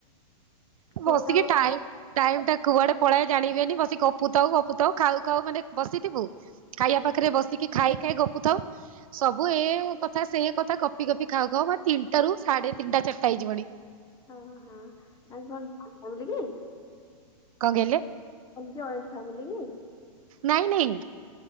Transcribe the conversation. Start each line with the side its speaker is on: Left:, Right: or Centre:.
Left: ଶୋଇଲା
Right: ବସିକି
Left: ବେଳେ
Right: ଟାଇମ୍ ଟାଇମ୍ ଟା କୁଆଡେ ପଳେଏ ଜାଣିହୁଏନି ବସି ଗପୁ ଥାଉ ଗପୁ ଥାଉ ଖାଉ ଖାଉ ମାନେ ବସିଥିବୁ। ଖାଇବା
Left: ହୁଁ
Right: ପାଖରେ ବସିକି ଖାଇ ଖାଇ ଗପୁଥାଉ। ସବୁ ଏଇ କଥା। ସେଇ କଥା ଗପି ଗପି ଖାଉ ଖାଉ ବା ତିନିଟାରୁୁ ସାଢେ ତିନିଟା ଚାରିଟା ହେଇଯିବଣି।
Left: ଓହୋ ଆଉ କଣ କହିଲିକି
Right: କଣ କଇଲେ?
Left: ଜଏଣ୍ଟ ଫ୍ୟାମିଲି କି?
Right: ନାଇଁ ନାଇଁ